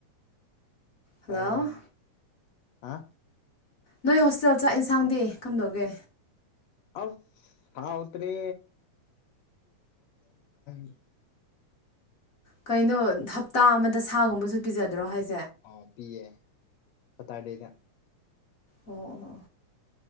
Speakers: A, on the left; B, on the left.
A: ꯍꯜꯂꯣ
B: ꯑꯩꯅꯦ ꯑꯥ
A: ꯅꯣꯏ ꯍꯣꯁꯇꯦꯜ ꯆꯥꯛ ꯏꯟꯁꯥꯡꯗꯤ ꯀꯝꯗꯧꯒꯦ
B: ꯑꯥ ꯍꯥꯎꯇ꯭ꯔꯦ <unintelligible>
A: ꯀꯩꯅꯣ ꯍꯞꯇꯥ ꯑꯃꯗ ꯁꯥꯒꯨꯝꯕꯁꯨ ꯄꯤꯖꯗ꯭ꯔꯣ ꯍꯥꯏꯁ
B: ꯑꯣ ꯄꯤꯌꯦ ꯁꯥꯇ꯭ꯔꯗꯦꯗ
A: ꯑꯣ